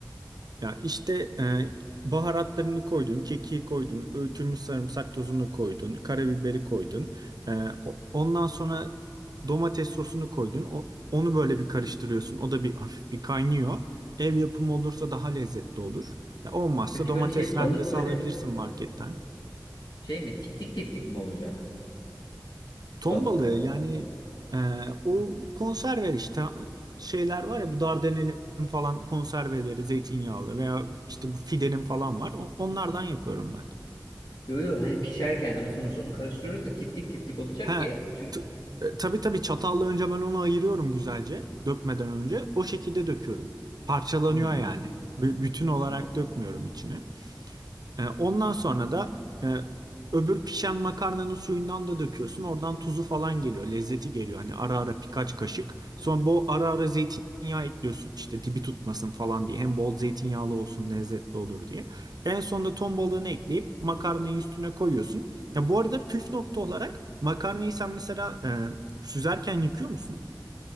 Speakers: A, on the right (about 65°); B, on the left (about 80°).
A: Ya işte e, baharatlarını koydun, kekiği koydun, öğütülmüş sarımsak tozunu koydun, karabiberi koydun. E, o- ondan sonra domates sosunu koydun. O- onu böyle bir karıştırıyorsun. O da bir hafif bir kaynıyor. Ev yapımı olursa daha lezzetli olur. Ya olmazsa
B: Peki
A: domates
B: böyle şey
A: rendesi
B: balık böyle
A: alabilirsin marketten.
B: şey mi? Tiftik tiftik mi olacak
A: Ton
B: balık?
A: balığı yani e, o konserve işte şeyler var ya bu dardanelin falan konserveleri zeytinyağlı veya işte bu fidenin falan var. O- onlardan yapıyorum ben.
B: Yo yo hani pişerken hani sonuçta onu karıştırıyoruz ya tiftik tiftik olacak
A: He,
B: ki ya, tüm
A: t- e, tabii tabii çatalla önce ben onu ayırıyorum güzelce dökmeden önce. O şekilde döküyorum. Parçalanıyor
B: Hmm,
A: yani. B- bütün olarak
B: tamam.
A: dökmüyorum içine. E, ondan sonra da e, öbür pişen makarnanın suyundan da döküyorsun. Oradan tuzu falan geliyor. Lezzeti geliyor. Hani ara ara birkaç kaşık. Sonra bu ara ara zeytinyağı ekliyorsun. İşte dibi tutmasın falan diye. Hem bol zeytinyağlı olsun lezzetli olur diye. En sonunda ton balığını ekleyip makarnayı üstüne koyuyorsun. Ya bu arada püf nokta olarak makarnayı sen mesela e, süzerken yıkıyor musun?